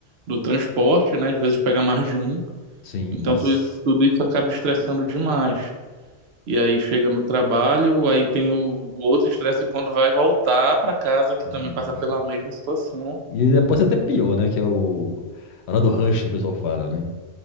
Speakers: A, on the right; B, on the left.
A: do transporte, né? Às vezes pega mais de um.
B: Sim,
A: Então
B: nossa.
A: tu- tudo isso acaba estressando demais. E aí chega no trabalho, aí tem o, o outro estresse quando vai voltar para casa, que
B: Hum.
A: também passa pela mesma situação.
B: E depois é até pior, né? Que é o... a hora do rush que o pessoal fala, né?